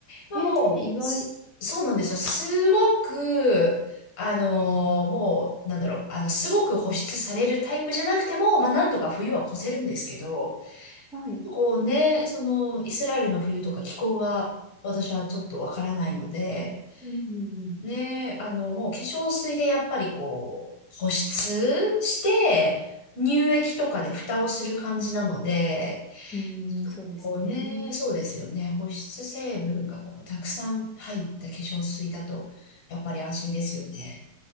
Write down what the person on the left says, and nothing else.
まあ、
もう、
すそうなんですよ。すごく、あのーもう、なんだろう、あの、すごく保湿されるタイプじゃなくても、まあ、なんとか冬は越せるんですけど、
こうね、その、イスラエルの冬とか気候が、私はちょっとわからないので、
ねえ、あの、もう化粧水でやっぱりこう、保湿して、乳液とかで蓋をする感じなので、
こうね、そうですよね。保湿成分がこう、たくさん入った化粧水だと、やっぱり安心ですよね。